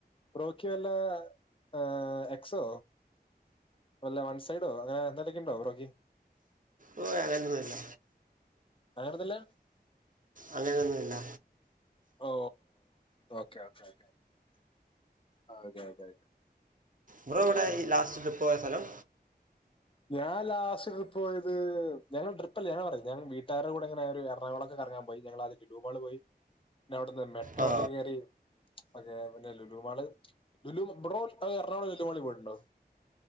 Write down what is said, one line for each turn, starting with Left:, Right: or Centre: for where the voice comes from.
Left: ബ്രോക്ക് വല്ലാ ആഹ് അ സോ അല്ല വൺ സൈഡോ അങ്ങനെ എന്തേലൊക്കെണ്ടോ ബ്രോക്ക്
Right: ഓ അങ്ങനൊന്നുമില്ല
Left: അങ്ങനൊന്നുല്ല
Right: അങ്ങനെയൊന്നുല്ല
Left: ഓ ഓക്കേ ഓക്കേ ഓക്കേ അതെ അതെ അതെ
Right: ബ്രോ എവിടെയാ ഈ ലാസ്റ്റ് ട്രിപ്പ് പോയ സ്ഥലം?
Left: ഞാൻ ലാസ്റ്റ് ട്രിപ്പ് പോയത് ഞങ്ങൾ ട്രിപ്പല്ല ഞങ്ങള് പറ ഞാൻ വീട്ടാരൂടങ്ങനെ ഒരു എറണാകുളോക്കെ കറങ്ങാൻ പോും പോയി ഞങ്ങലാദ്യം ലുലു മാള് പോയി പിന്നെ അവിടുന്ന് മെട്രോക്കെ
Right: ആ
Left: കേറി ഓക്കേ പിന്നെ ലുലു മാള് ലുലു ബ്രോ ആഹ് എറണാകുളം ലുലുമാളി പോയിട്ടുണ്ടോ?